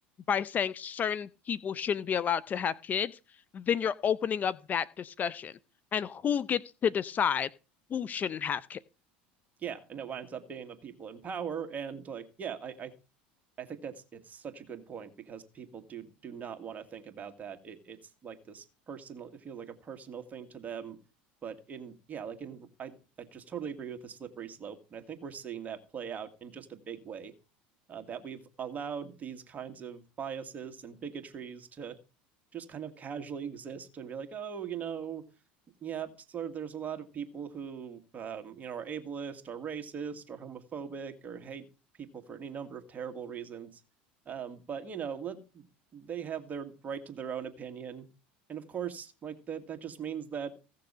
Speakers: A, on the left (about 35°); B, on the right (about 30°).
A: by saying certain people shouldn't be allowed to have kids, then you're opening up that discussion. And who gets to decide who shouldn't have kids?
B: Yeah, and it winds up being the people in power, and like, yeah, I, I I think that's it's such a good point because people do do not want to think about that. It, it's like this personal, it feels like a personal thing to them. But in yeah, like in I I just totally agree with the slippery slope, and I think we're seeing that play out in just a big way. Uh, that we've allowed these kinds of biases and bigotries to just kind of casually exist and be like, oh, you know, Yep. So there's a lot of people who, um, you know, are ableist, are racist, or homophobic, or hate people for any number of terrible reasons. Um, but you know, let they have their right to their own opinion, and of course, like that, that just means that